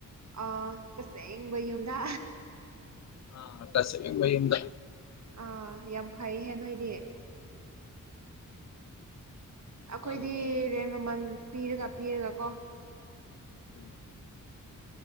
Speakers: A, on the right; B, on the left.
A: ꯑꯥ ꯇꯁꯦꯡꯕ ꯌꯨꯝꯗ
B: ꯑꯥ ꯇꯁꯦꯡꯕ ꯌꯨꯝꯗ
A: ꯑꯥ ꯌꯥꯝ ꯐꯩꯍꯦ ꯅꯣꯏꯗꯤ <unintelligible> ꯑꯩꯈꯣꯏꯗꯤ
B: ꯑꯗꯨꯅꯦ
A: ꯔꯦꯟ ꯃꯃꯜ ꯄꯤꯔꯒ ꯄꯤꯔꯒ ꯀꯣ
B: ꯎꯝ